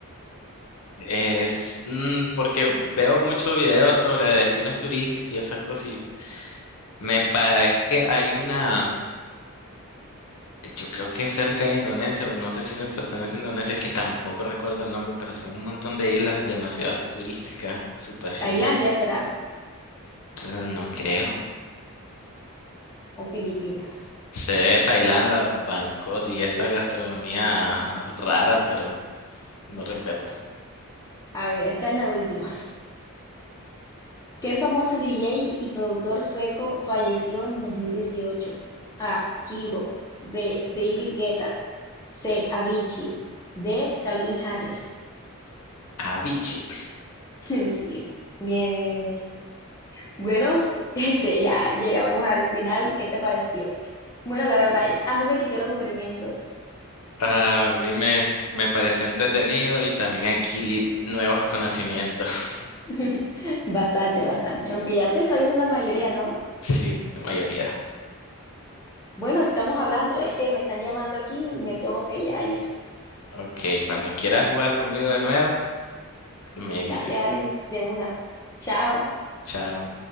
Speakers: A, on the left; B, on the left.
A: Es mm, porque veo muchos videos sobre destinos turísticos y esas cosas y me parece que hay una, yo creo que es cerca de Indonesia, pero no sé si les pertenece a Indonesia, es que tampoco recuerdo el nombre, pero son un montón de islas demasiado turísticas, súper genial.
B: ¿Tailandia será
A: Entonces, no creo.
B: o Filipinas?
A: Sé de Tailandia, Bangkok y esa gastronomía rara, pero no recuerdo.
B: A ver, esta es la última. ¿Qué famoso DJ y productor sueco falleció en 2018? A. Kygo. B. David Guetta. C. Avicii. D. Calvin Harris. <laughs>
A: Avicii.
B: Sí, sí. Bien, bien, bien. Bueno, <laughs> este, ya llegamos al final. ¿Qué te pareció? Bueno, la verdad, a mí me quitó los aburrimientos.
A: Ah, A mí me, me pareció entretenido y también adquirí nuevos conocimientos. <laughs>
B: <laughs> Bastante, bastante. Aunque ya te sabíamos la mayoría, ¿no?
A: Sí, la mayoría.
B: Bueno, estamos hablando. Es que me están llamando aquí y me tengo que ya ir.
A: Ok, cuando quieras jugar conmigo de nuevo, me
B: Dale,
A: dices.
B: dale, de una. Chao.
A: Chao.